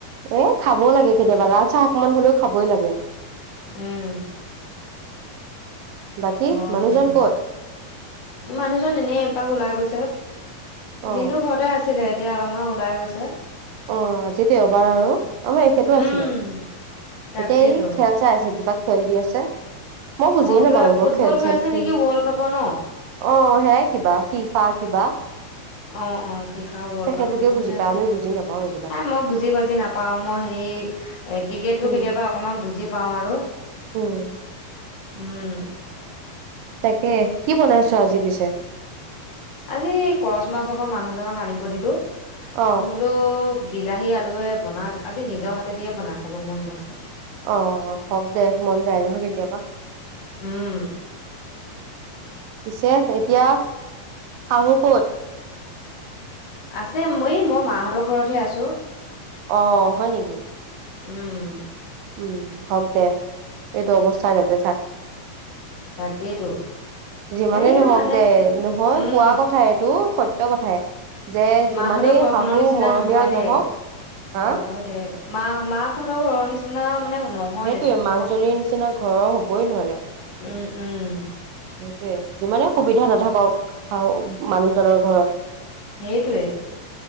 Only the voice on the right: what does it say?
এ খাব লাগে কেতিয়াবা লাল চাহ অকমান হলেও খাবই লাগে।
বাকী
মানুহজন
ক'ত
অ
অ আজি দেওবাৰ আৰু আমাৰ এখেতো
আছিলে।
এতিয়া এই খেল চাই আছে কিবা খেল দি আছে। মই বুজিয়ে
নাপাওঁ এইবোৰ
খেল
চেল
কি।
অ সেয়াই কিবা ফিফা কিবা।
তেখেতলোকে
বুজি
পায় আমি বুজি নাপাওঁ এইবিলাক
উম
উম।
তাকেহে, কি বনাইছ আজি পিছে?
অ
অ', হওঁক দে, মন যায় নহয় কেতিয়াবা।
পিছে এতিয়া শাহু ক'ত?
অ', হয় নেকি?
উম্, হওঁক দে। এইটো অৱস্থাত তাতে থাক।
যিমানেই
নহওঁক
দে, নহয়
কোৱা কথা এই এইটো সত্য কথাই যে, যিমানেই
শাহু
মৰমীয়াল
নহওঁক হা
তো
সেইটোয়ে,
মাকজনীৰ
নিচিনা ঘৰৰ হ'বই নোৱাৰে।
সেইটোয়ে, যিমানে সুবিধা নাথাকক মানুহজনৰ ঘৰত।